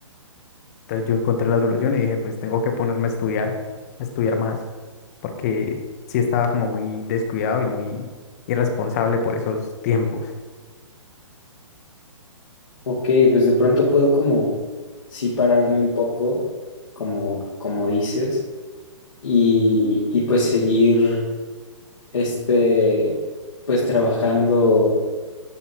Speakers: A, on the left (about 30°); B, on the left (about 80°).
A: Entonces yo encontré la solución y dije, pues tengo que ponerme a estudiar, a estudiar más, porque sí estaba como muy descuidado y muy irresponsable por esos tiempos.
B: Ok, pues de pronto puedo como sí pararme un poco, como, como dices, y, y pues seguir este, pues trabajando,